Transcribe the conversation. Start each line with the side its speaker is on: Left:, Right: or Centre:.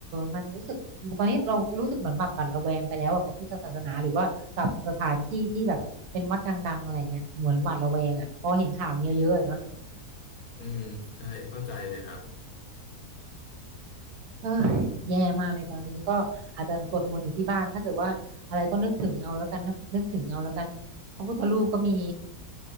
Right: มันรู้สึกตอนนี้เรารู้สึกเหมือนแบบหวั่นระแวงไปแล้วอะกับพุทธศาสนาหรือว่ากับสถานที่ที่แบบเป็นวัดดังๆอะไรเงี้ยเหมือนหวาดระแวงอะพอเห็นข่าวเยอะๆเนอะ
Left: อืมใช่เข้าใจเลยครับ
Right: เออแย่มากเลยตอนนี้ก็อาจจะสวดมนต์อยู่ที่บ้านถ้าเกิดว่าอะไรก็นึกถึงเอาแล้วกันนะนึกถึงเอาแล้วกันพระพุทธรูปก็มี